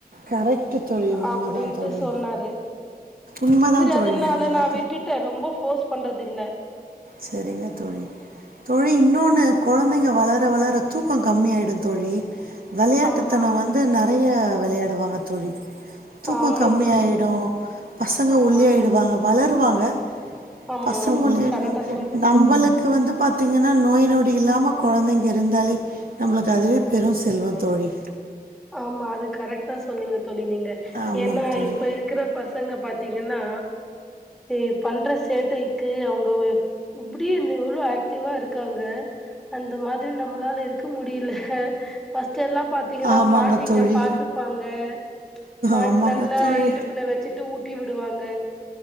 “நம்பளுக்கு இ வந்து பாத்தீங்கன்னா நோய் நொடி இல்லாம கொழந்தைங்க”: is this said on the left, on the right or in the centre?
Right